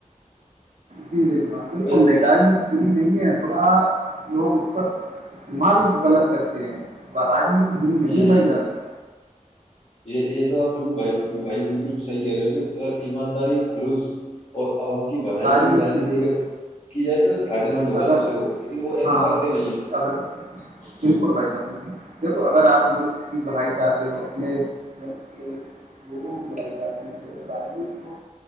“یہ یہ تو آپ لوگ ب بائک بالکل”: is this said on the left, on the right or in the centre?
Left